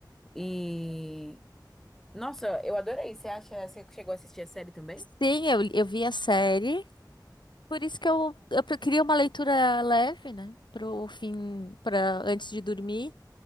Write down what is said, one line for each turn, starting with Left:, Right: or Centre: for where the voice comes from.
Centre: E nossa, eu adorei. Você acha, você chegou a assistir a série também?
Left: Sim, eu, eu vi a série. Por isso que eu, eu pre- queria uma leitura leve, né? Pro fim, para antes de dormir.